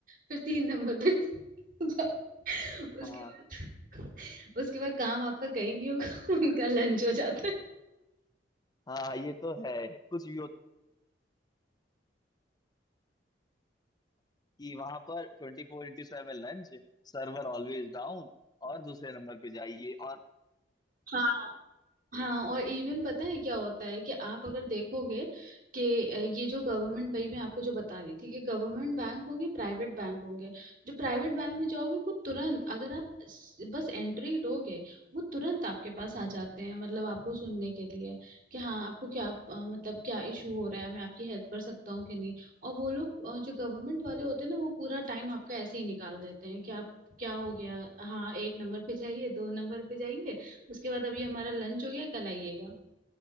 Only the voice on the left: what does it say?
हाँ
हाँ ये तो है कुछ भी हो कि वहां पर ट्वेंटी फोर इंटू सेवन lunch server always down और दूसरे नंबर पे जाइए और